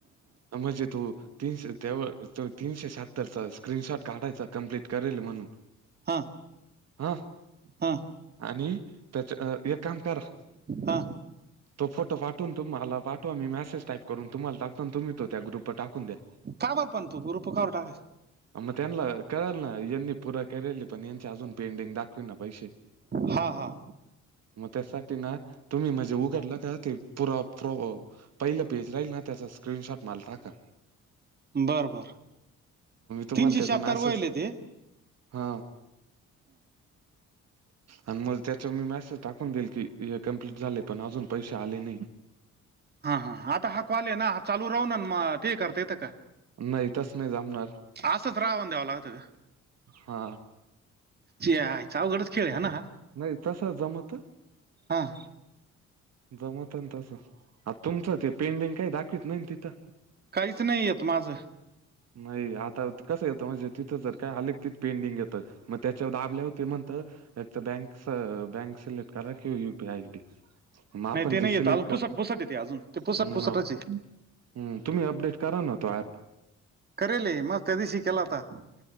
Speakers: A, on the right; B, on the right.
A: आ म्हजे तु तीनशे तेव तीनशे शहात्तरचा स्क्रीनशॉट काढायचा कम्प्लीट करेल म्हणून.
B: हा!
A: हां
B: हां
A: आणि त्याचं एक कामं करां
B: हा
A: तो फोटो पाठून तुम्हांला पाठवा मी मेसेज टाईप करूऊन तुम्हांला टाकतो तुम्हीं. त्यां ग्रुप टाकूंन द्या.
B: कां बरं पणं तो ग्रुप. ग्रुप वरं काढूंन टाकायचं.
A: मंग त्यांना कळलं नां यांनी प पुंरा केलेली पणं यांचे अजूंन पेंडिंग दाखविना पैसे.
B: हां हां
A: मंग त्यांसाठी नां तुम्हीं म्हणजे उघडलं कां ते पुरां. पहिलं पेज राहील नां त्यांचा स्क्रीनशॉट मालं टांका.
B: बरं बरं.
A: तुम्हाला
B: तीनशे
A: त्याचा
B: शहांत्तर
A: मेसेज
B: होयले हायं ते
A: हां आणि मंग त्यांच्यावर मी मॅसेज टाकूंन देईल की हे कम्प्लीट झाले पणं अजूंन पैसे आलें नाहीं
B: हां हां आंता हां कॉल आहे नां चालूं राहूंन मंग ते करतां येत कां.
A: नाही तसं नाही जमणार
B: असंच रावन द्यावं लांग.
A: हा
B: हिच्यां आईचा अवघडचं केलं हां नां.
A: नाहीं तसं जमतं.
B: हां.
A: जमतं नां तसं आं तुमचं ते पेंडिंग कांहीं दाखवतं नाहीं तिथं.
B: काहींचं नाहीं येतं माझं.
A: नाहीं आंता कसं येतं म्हणजे तिथं जरं कायं आले ते पेंडिंग येतं. मंग त्यांच्यावर दाबल्यां होते म्हणतं. एक तरं बँकच बँक-सिलेक्ट करां कि युपीआय आयडी. मंग आपणं
B: नाही ते
A: जे
B: नाही येत
A: सिलेक्ट
B: अजून पुसट
A: करं
B: पुसट येते अजून ते पुसट
A: हं
B: पुसटच आहे
A: हं तुम्हीं अपडेट करां नां तो ऍप.
B: करेल मंग त्यां दिवशी केलां होतां.